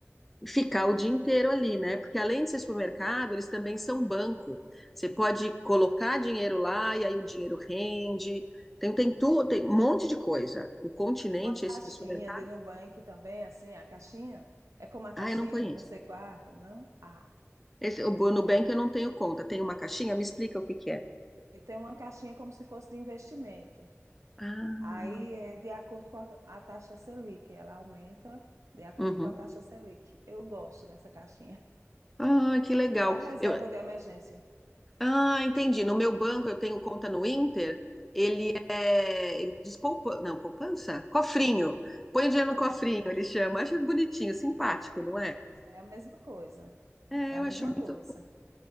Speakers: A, in the centre; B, on the right (about 85°).
A: ficar o dia inteiro ali, né? Porque além de ser supermercado, eles também são banco. Você pode colocar dinheiro lá e aí o dinheiro rende. Tem, tem tudo, tem um monte de coisa. O continente,
B: Como Uma caixinha
A: esse do supermercado,
B: de Nubank também, assim, a caixinha? É como a caixinha
A: ah, eu não conheço.
B: que você guarda, não? Ah,
A: Esse, o Nubank eu não tenho conta. Tem uma caixinha? Me explica o que que é.
B: e tem uma caixinha como se fosse de investimento.
A: Ah,
B: Aí é de acordo com a, a taxa Selic, ela aumenta de acordo
A: uhum.
B: com a taxa Selic. Eu gosto dessa caixinha.
A: Ah, que legal.
B: Para reserva
A: Eu,
B: de emergência.
A: Ah, entendi. No meu banco eu tenho conta no Inter. Ele é. Ele diz poupança. Não, poupança? Cofrinho. Põe o dinheiro no
B: Ah,
A: cofrinho, ele chama. Acho bonitinho, simpático,
B: a mesma
A: não
B: coisa,
A: é?
B: é a mesma coisa.
A: É,
B: É a
A: eu
B: mesma
A: acho
B: coisa.
A: muito.